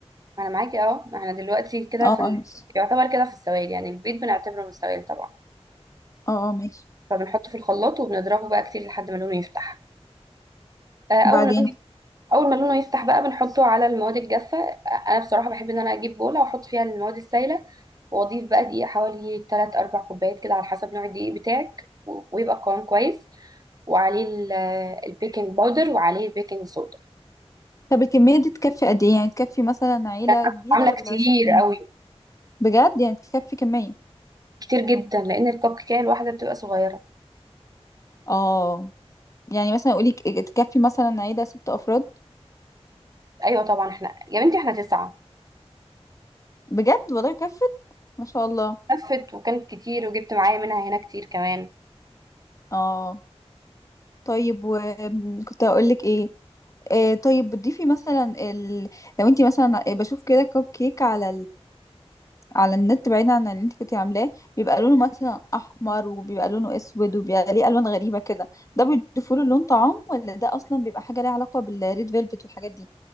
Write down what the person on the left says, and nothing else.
اه
اه ماشي
اه اه ماشي
وبعدين
طب الكمية دي تكفي قد ايه يعني تكفي مثلا عيلة
كبيرة
ولا
شخصين
بجد يعني تكفي كمية
اه يعني مثلا قولي ك- تكفي مثلا عيلة ست افراد
بجد والله كفت ما شاء الله
اه طيب وكنت هقول لك ايه آه طيب بتضيفي مثلا ال... لو انتي مثلا بشوف كده كب كيك على على النت بعيدا عن اللي انت كنتي عاملاه بيبقى لونه مثلا احمر وبيبقى لونه اسود وبيبقى ليه الوان غريبه كده ده بيضيفوا له لون طعام ولا ده اصلا بيبقى حاجه ليها علاقه بالريد فيلفت والحاجات دي